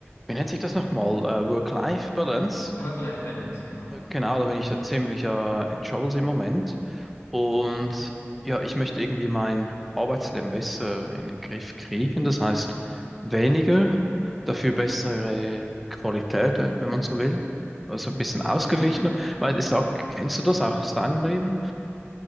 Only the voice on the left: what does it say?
Work-Life-Balance,
genau.
Hm,
hm.
Ja.